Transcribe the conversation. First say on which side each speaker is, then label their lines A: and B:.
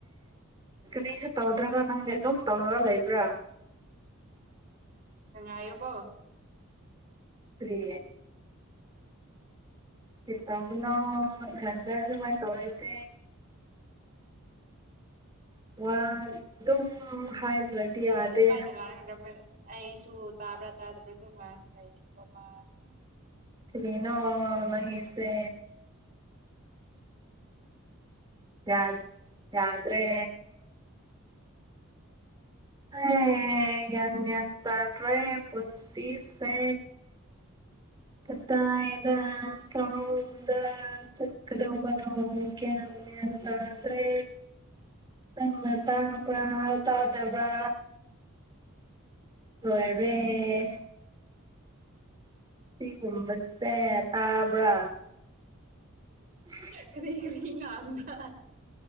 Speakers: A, on the right; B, on the right.
A: ꯀꯔꯤꯁꯨ ꯇꯧꯗ꯭ꯔꯒ ꯅꯪꯗꯤ ꯑꯗꯨꯝ ꯇꯨꯝꯔꯒ ꯂꯩꯕ꯭ꯔꯥ
B: ꯉꯥꯏꯌꯨꯀꯣ
A: ꯀꯔꯤ ꯀꯩ ꯇꯧꯕꯅꯣ ꯏꯊꯥꯟꯇ <unintelligible> ꯋꯥ ꯑꯗꯨꯝ ꯍꯥꯏ <unintelligible> ꯌꯥꯗꯦ
B: ꯑꯗꯨꯃꯥꯏꯅ ꯉꯥꯡꯔꯒ ꯑꯩꯁꯨ ꯇꯥꯕ꯭ꯔꯥ ꯇꯥꯗꯕ꯭ꯔꯥ ꯑꯗꯨꯝ ꯉꯥꯡ ꯂꯩꯒꯦꯀꯣ ꯃꯥ
A: ꯀꯔꯤꯅꯣ ꯅꯪꯒꯤꯁꯦ ꯌꯥꯗ ꯌꯥꯗ꯭ꯔꯦ ꯒꯌꯥꯟ ꯃꯦꯟ ꯇꯥꯗ꯭ꯔꯦ ꯄꯨꯟꯁꯤꯁꯦ ꯀꯗꯥꯢꯗ ꯀꯔꯣꯝꯗ ꯆꯠꯒꯗꯧꯕꯅꯣ ꯒꯌꯥꯟ ꯃꯦꯟ ꯇꯥꯗ꯭ꯔꯦ ꯅꯪꯅ ꯇꯥꯕ꯭ꯔꯥ ꯇꯥꯗꯕ꯭ꯔꯥ ꯂꯣꯢꯔꯦ ꯁꯤꯒꯨꯝꯕꯁꯦ ꯇꯥꯕ꯭ꯔꯥ ꯎ <inaudible> <inaudible>
B: ꯀꯔꯤ ꯀꯔꯤ ꯉꯥꯡꯕ꯭ꯔꯥ